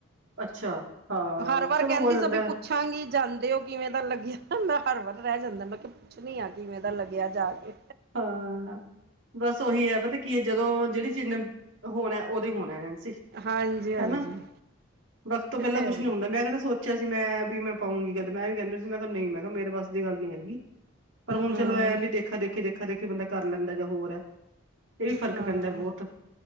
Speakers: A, on the right; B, on the right.
A: ਅੱਛਾ ਹਾਂ
B: ਹਰ ਵਾਰ
A: ਚਲੋ
B: ਕਹਿੰਦੀ
A: ਹੋ ਜਾਂਦਾ
B: ਸੀ ਵੀ
A: ਹੈ
B: ਪੁੱਛਾਂਗੀ ਜਾਂਦੇ ਉਹ ਕਿਵੇਂ ਦਾ ਲੱਗਿਆ ਮੈਂ ਹਰ ਵਾਰ ਰਹਿ ਜਾਂਦਾ ਮੈਂ ਕਿਹਾ ਪੁੱਛਣੀ ਆ ਕਿਵੇਂ ਪਤਾ ਲੱਗਿਆ ਜਾ ਕੇ
A: ਹਾਂ ਬਸ ਉਹੀ ਹੈ ਪਤਾ ਕੀ ਜਦੋਂ ਜਿਹੜੀ ਚੀਜ਼ ਨੇ ਹੋਣੈ ਉਦੋਂ ਹੀ ਹੋਣੈ ਸੀ
B: ਹਾਂਜੀ ਹਾਂਜੀ
A: ਹਨਾ ਵਕਤ ਤੋਂ ਪਹਿਲਾਂ
B: ਇਹ ਤੇ
A: ਕੁਛ
B: ਹੈ ਹੀ।
A: ਨੀ ਹੁੰਦਾ ਮੈਂ ਕਦੀ ਸੋਚ ਸੋਚਿਆ ਸੀ ਮੈਂ ਵੀ ਮੈਂ ਪਾਊਂਗੀ ਕਦੇ ਮੈਂ ਵੀ ਕਹਿੰਦਾ ਸੀ ਮੈਂ ਨਹੀਂ ਮੈਂ ਕਿਹਾ ਮੇਰੇ ਵਸ ਦੀ ਗੱਲ ਨੀ ਹੈਗੀ ਪਰ ਹੁਣ
B: ਹਾਂ
A: ਚਲੋ ਐਂ ਵੀ ਦੇਖਾ ਦੇਖੀ ਦੇਖਾ ਹਰੇਕ ਕਿ ਬੰਦਾ ਕਰ ਲੈਂਦਾ ਜਾਂ ਹੋਰ ਹੈ ਇਹ ਵੀ ਫ਼ਰਕ
B: ਹਾਂ
A: ਪੈਂਦਾ ਬਹੁਤ